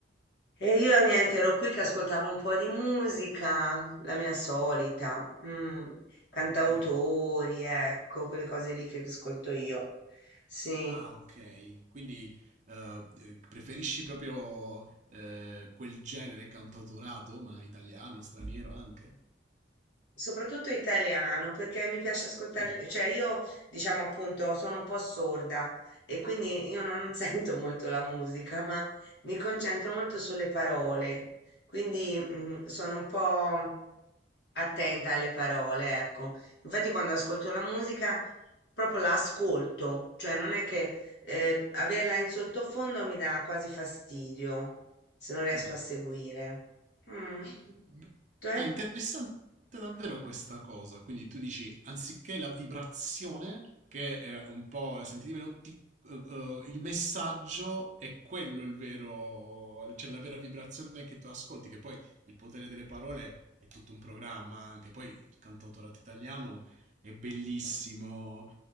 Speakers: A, on the left (about 75°); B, on the right (about 40°).
A: E io niente, ero qui che ascoltavo un po' di musica, la mia solita, mm, cantautori,
B: Ah, Ok.
A: ecco, quelle cose lì che ascolto io. Sì.
B: Ah, ok. Quindi eh, eh, preferisci proprio eh, quel genere cantautorato, ma italiano, straniero anche?
A: Soprattutto italiano, perché mi piace ascoltare,
B: Mm,
A: cioè io diciamo appunto sono un po' sorda e quindi io non <laughs> sento molto la musica, ma mi concentro molto sulle parole, quindi mm, sono un po' attenta alle parole, ecco. Infatti quando ascolto la musica proprio la ascolto, cioè non è che eh, averla in sottofondo mi dà quasi fastidio se non riesco
B: mm.
A: a seguire. Mm.
B: B-
A: Te?
B: Ah, interessante davvero questa cosa. Quindi tu dici, anziché la vibrazione, che è un po' sentite meno, ti- eh, eh, il messaggio è quello il vero, cioè la vera vibrazione che tu ascolti, che poi il potere delle parole è tutto un programma, anche poi il cantautorato italiano è bellissimo.